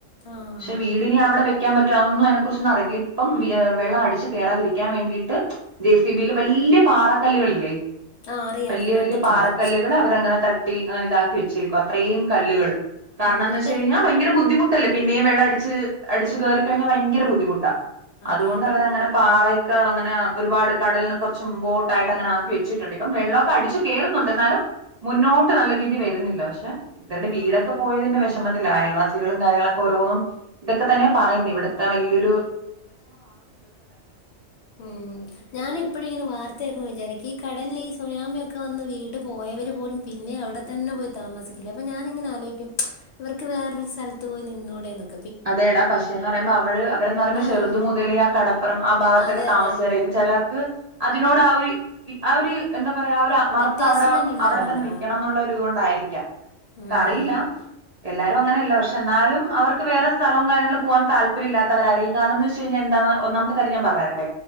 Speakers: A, on the left; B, on the right.
A: ആഹ്
B: ക്ഷെ വീടിനി അവിടെ വെക്കാൻ പറ്റോ അതൊന്നും എനക്ക് കുറിച്ചൊന്നും അറിയത്തില്ല അപ്പം വിയ വെള്ളം അടിച്ചു കേറാതിരിക്കാൻ വേണ്ടിട്ട് ജെ സി ബിയില് വല്യ പാറക്കല്ലുകളില്ലേ
A: ആഹ് അറിയാം
B: വല്യ
A: അറിയാം കണ്ടിട്ടുണ്ട്
B: വല്യ പാറക്കല്ലുകളവരങ്ങനെ തട്ടി അങ്ങനെ ഇതാക്കി വെച്ചേക്കും അത്രയും കല്ലുകള് കാരണംന്ന്
A: ഉം
B: വെച്ച്
A: ഇപ്പ
B: കഴിഞ്ഞാ ഭയങ്കര ബുദ്ധിമുട്ടല്ലേ പിന്നെയും വെള്ളം അടിച്ച് അടിച്ചു കേറി കഴിഞ്ഞാ ബയങ്കര ബുദ്ധിമുട്ടാ
A: അതെ
B: അതുകൊണ്ട്
A: അതെ
B: അവരങ്ങന പാറേക്ക അങ്ങന ഒരുപാട് കടലിന് കുറച്ച് മുമ്പോട്ടായിട്ട് അങ്ങനെ ആക്കി വെച്ചിട്ടുണ്ട് ഇപ്പം വെള്ളാക്കെ അടിച്ച് കേറുന്നുണ്ട് എന്നാലും മുന്നോട്ട് നല്ല രീതി വരുന്നില്ല പക്ഷെ ഇവരുടെ വീടൊക്കെ
A: ആഹ്
B: പോയതിന്റെ വിഷമത്തിലായൽവാസ ത്തികളും കാര്യങ്ങളൊ ഓരോന്നും ഇതൊക്കെ തന്നെ പറയും ഇവിടുത്തെ വല്യൊരു
A: ഉ ഞാനിപ്പൊഴിങ്ങനെ വാർത്ത കേക്കുമ്പോ വിചാരിക്കും ഈ കടലില് സുനാമിയൊക്കെ വന്ന് വീട് പോയവര് പോലും പിന്നെ അവിടെത്തന്നെ പോയി താമസിക്കാ അപ്പോ ഞാനിങ്ങനെ ആലോചിക്കും ഇവർക്ക് വേറൊരു സ്ഥലത്ത് പോയി നിന്നൂടെ <unintelligible>
B: അതെടാ പക്ഷേന്ന് പറയുമ്പോ അവള് അവരന്ന് പറയുമ്പോ
A: ആഹ്
B: ചെറുത് മുതലേ ആ കടപ്പുറം ആ ഭാഗത്തൊക്കെ
A: അതെ
B: താമസിച്ചവരാക്കും
A: അതെ
B: ചെലർക്ക് അതിനോട് ആ ഒരു ആ ഒരു എന്താ എ പറയാ അവ ഒരു ആത്മാർഥത
A: അറ്റാച്ച്മെന്റ്
B: അവിടെ
A: ഉണ്ടാവല്ലോ
B: അവിടെത്തന്നെ നിക്കണംന്നുള്ളൊരിതുകൊണ്ടായിരിക്കും
A: ആഹ്
B: ക്യ
A: ഉം
B: ക്കറിയില്ല എല്ലാരും അങ്ങനെയല്ല പക്ഷെ എന്നാലും അവർക്ക് സ്ഥലവും കാര്യൾങ്ങള് പോവാൻ താല്പര്യില്ലാത്തവരാരും കാരണംന്ന് വച്ച്കഴിഞ്ഞാന്താന്ന് ഒന്നാമത്തെ കാര്യം ഞാൻ പറഞ്ഞരട്ടെ